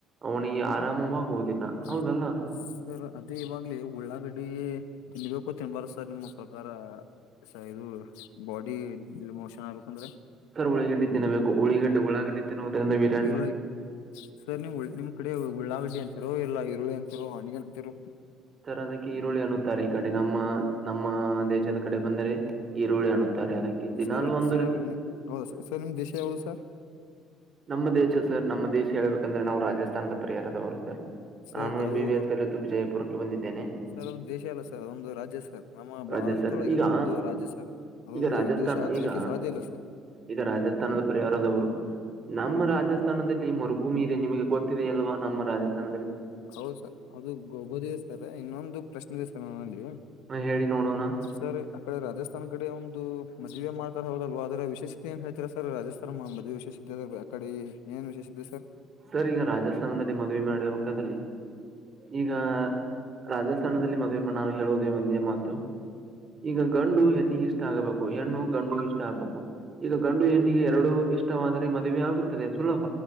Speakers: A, on the right; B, on the left.
A: ಅವನಿಗೆ ಆರಾಮವಾಗುವುದಿಲ್ಲ
B: ಹೌದು
A: ಹೌದಲ್ಲ.
B: ಸರ್ ಅದೇ ಇವಾಗ್ಲ ಉಳ್ಳಾಗಡ್ಡಿ ತಿನ್ಬೇಕು ತಿನ್ಬಾರ ಸರ್ ನಿಮ್ಮ ಪ್ರಕಾರ ಸರ್ ಇದು ಬಾಡಿ ಇಲ್ಮೋಷನ್ ಆಗ್ಬೇಕಂದ್ರೆ
A: ಸರ್ ಉಳಿಗಡ್ಡಿ ತಿನ್ನಬೇಕು ಉಳಿಗಡ್ಡಿ ಉಳಾಗಡ್ಡಿ ತಿನ್ನುವುದರಿಂದ ವಿರಾಣಿಗಳುವೆ
B: ಈರುಳ್ಳಿ ಸರ್ ನೀವು ಉಳ್- ನಿಮ್ ಉಳ್ಳಾಗಡ್ಡಿ ಅಂತಿರು ಇಲ್ಲಾ ಈರುಳ್ಳಿ ಅಂತಿರು ಆನಿಯನ್ ಅಂತಿರು
A: ಸರ್ ಅದಕ್ಕೆ ಈರುಳ್ಳಿ ಅನ್ನುತ್ತಾರೆ ಈ ಕಡೆ ನಮ್ಮ ನಮ್ಮ ದೇಶದ ಕಡೆ ಬಂದರೆ. ಈರುಳ್ಳಿ ಅನ್ನೂತ್ತಾರೆ ಅದಕ್ಕೆ ದಿನಲೂ
B: ಸರ್
A: ಒಂದ್ರೆ
B: ಸರ್ ಹೌದ ಸರ್ ಸರ್ ನಿಮ್ ದೇಶ ಯಾವುದು ಸರ್
A: ನಮ್ಮ ದೇಶ ಸರ್ ನಮ್ಮ ದೇಶ ಹೇಳ್ಬೇಕಂದ್ರೆ ನಾವು ರಾಜಸ್ಥಾನದ ಪರಿಹಾರದವರು ಸರ್
B: ಸರ್
A: ನಾನು ಎಂ
B: ಅದು
A: ಬಿ ಬಿ ಎಸ್ ಕಲಿತು ವಿಜಯಪುರಕ್ಕೆ ಬಂದಿದ್ದೇನೆ.
B: ಸರ್ ಅದು ದೇಶ ಅಲ್ಲ ಸರ್ ಅದೊಂದು ರಾಜ್ಯ ಸರ್ ನಮ್ಮ
A: ರಾಜ
B: ಭಾರತೊಳಗಿನ
A: ಸರ್ ಈಗ
B: ಒಂದು ರಾಜ್ಯ ಸರ್ ಅದೊಂದು
A: ಈಗ ರಾಜಸ್ಥಾನ್
B: ದ ದೇಶ ಆಗಲಿಕ್ಕೆ
A: ಈಗ
B: ಸಾಧ್ಯ ಇಲ್ಲ ಸರ್
A: ಈಗ ರಾಜಸ್ಥಾನದ ಪರಿಹಾರದವರು ನಮ್ಮ ರಾಜಸ್ಥಾನದಲ್ಲಿ ಮರು ಭೂಮಿ ಇದೆ ನಿಮಗೆ ಗೊತ್ತಿದೆ ಅಲ್ವಾ ನಮ್ಮ ರಾಜಸ್ಥಾನ
B: ಹೌದು ಸರ್ ಅದು ಗೊತಿದೆ ಸರ್ ಇನ್ನೊಂದು ಪ್ರಶ್ನೆ ಇದೆ ಸರ್ ನಮ್ಮಲ್ಲಿ
A: ಹೇಳಿ ನೋಡೋಣ
B: ಸರಿ ಅ ಕಡೆ ರಾಜಸ್ಥಾನ ಕಡೆ ಒಂದು ಮ ಜಿ ಎಂ ಮಾಡ್ತಾರ ಹೌದಲ್ವಾ ಆದರ ವಿಶೇಷತೆ ಏನ್ ಹೇಳ್ತರ ಸರ್ ರಾಜಸ್ಥಾನ ಮದುವೆ ವಿಶೇಷತೆ ಅ ಕಡೆ ಈ ಏನ್ ವಿಶೇಷತೆ ಇದೆ ಸರ್
A: ಸರ್ ಈಗ ರಾಜಸ್ಥಾನದಲ್ಲಿ ಮದುವೆ ಮಾಡಿ ಬೇಕಾದ್ರ ಈಗ ರಾಜಸ್ಥಾನದಲ್ಲಿ ಮದುವೆ ಮಾಡ್ ನಾನು ಹೇಳುವುದೇ ಒಂದೇ ಮಾತು ಈಗ ಗಂಡು ಹೆಣ್ಣಿಗೆ ಇಷ್ಟ ಆಗಬೇಕು ಹೆಣ್ಣು ಗಂಡು ಇಷ್ಟ ಆಗ್ಬೇಕು ಈಗ ಗಂಡು ಹೆಣ್ಣಿಗೆ ಎರಡು ಇಷ್ಟವಾದರೆ ಮದುವೆ ಆಗುತ್ತದೆ ಸುಲಭ